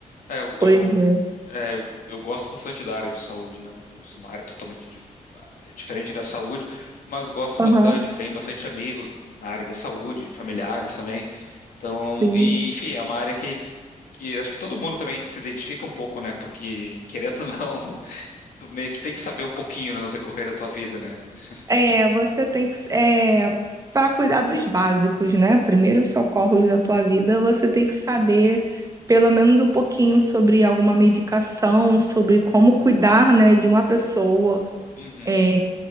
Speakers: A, on the left; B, on the right.
A: É, eu,
B: Pois
A: eu,
B: é.
A: é, eu, eu gosto bastante da área de saúde, não que eu sou uma área totalmente dif- é, diferente da saúde, mas gosto
B: Aham.
A: bastante. Tenho bastante amigos na área da saúde, familiares também. Então,
B: Sim.
A: e, enfim, é uma área que, que acho que todo mundo também se identifica um pouco, né? Porque, querendo ou não, tu meio que tem que saber um pouquinho, né, no decorrer da tua vida, né? <laughs>
B: É, você tem que, é, para cuidar dos básicos, né? Primeiros socorros da tua vida, você tem que saber pelo menos um pouquinho sobre alguma medicação, sobre como cuidar, né, de uma pessoa
A: Uhum.
B: é,